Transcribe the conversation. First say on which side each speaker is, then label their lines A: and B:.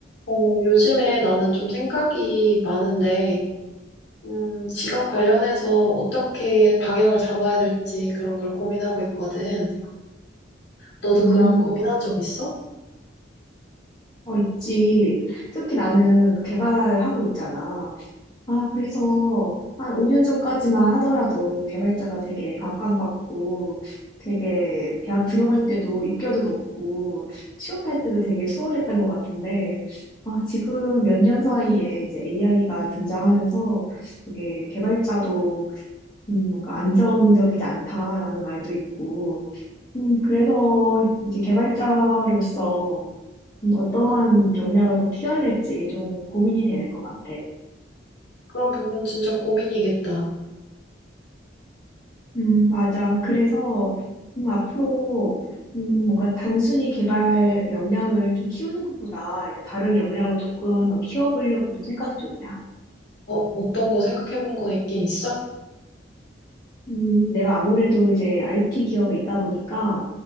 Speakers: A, on the left; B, on the left.
A: 어, 요즘에 나는 좀 생각이 많은데, 음, 직업 관련해서 어떻게 방향을 잡아야 될지 그런 걸 고민하고 있거든. 너도
B: 음,
A: 그런 고민한 적 있어?
B: 어, 있지. 특히 나는 개발하고 있잖아. 아, 그래서 한 5년 전까지만 하더라도 개발자가 되게 각광받고 되게 대학 들어갈 때도 입결도 높고 취업할 때도 되게 수월했던 것 같은데, 아, 지금 몇 년 사이에 이제 AI가 등장하면서 되게 개발자도 음, 뭔가 안정적이지 않다라는 말도 있고, 음, 그래서 이제 개발자로서 음, 어떠한 역량을 더 키워낼지 좀 고민이 되는 것 같아.
A: 그런 부분 진짜 고민이겠다.
B: 음, 맞아. 그래서, 음, 앞으로, 음, 뭔가 단순히 개발 역량을 좀 키우는 것보다 이제 다른 역량을 조금 더 키워보려고 좀 생각 중이야.
A: 어, 어떤 거 생각해 본 거 있긴 있어?
B: 음, 내가 아무래도 이제 IT 기업에 있다 보니까